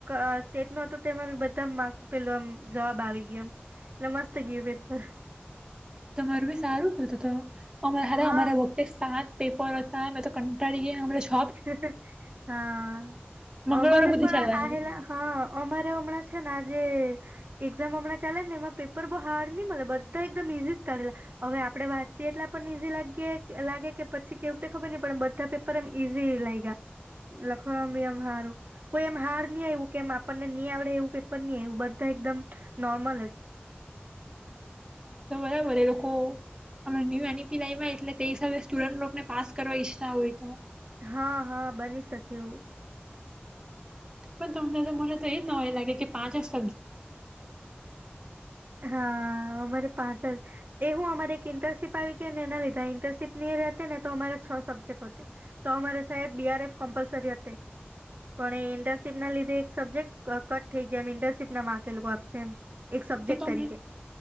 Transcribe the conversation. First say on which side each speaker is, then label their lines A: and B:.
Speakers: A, on the right; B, on the right.
A: અ સ્ટેટ નું હતો તેમાં મે બધા માર્ક પેલું આમ જવાબ આવી ગયો એમ એટલે મસ્ત ગીયું પેપર
B: તમારું બી સારું ને ત-ત અમાહરે
A: હા
B: અમારા વખતે સાત પેપર હતા મે તો કંટાળી ગેઈ <unintelligible>
A: હિ હિ, હા,
B: મંગળવારે
A: અમારે
B: સુધી
A: પણ
B: ચાલવાની
A: આ હેલા હ અમારે હમણાં છે ને આજે એક્ઝામ હમણાં ચાલે ને એમાં પેપર બહુ હાર્ડની મલે બધા એકદમ ઈઝી જ કાઢેલા અવે આપડે વાચીએ એટલે આપણ ને ઈઝી લાગીએ કે લાગે કે પછી કેવુક તે ખબર નહી પણ એમ બધા પેપર એમ ઈઝી લાયગા લખવા મી એમ હારું કોઈ એમ હાર્ડ નહી આવ્યું કેમ આપણને ની આવડે એવું પેપર ની આયવું બધા એકદમ નોર્મલ જ
B: હા, એ તો બરાબર એ લોકો અમના ન્યૂ એન ઈ પી લાયવા એટલે તે હિસાબે સ્ટુડન્ટ લોકોને પાસ કરવા ઈચ્છતા હોય તો.
A: હા હા બની શકે એવું.
B: પણ તમને તો મને તો એજ નવાય લાગે કે પાંચ જ સ
A: હા અમારે પાછળ એવું અમારે એક ઇન્ટર્નશીપ આવી ગઈ. અને એના લીધે આ ઇન્ટરશીપ ની રેતીને તો અમારે છ સબ્જેક્ટ હોતે તો અમારે સાહેબ બીઆરએફ કમ્પલસરી હતી. પણ એ ઇન્ટર્નશીપ ના લીધે એક સબ્જેક કટ થઈ ગયા એમ ઇન્ટરશિપ ના માર્ક તે લોકો આપશે એમ. એક સબ્જેક્ટ
B: તો તમને
A: તરીકે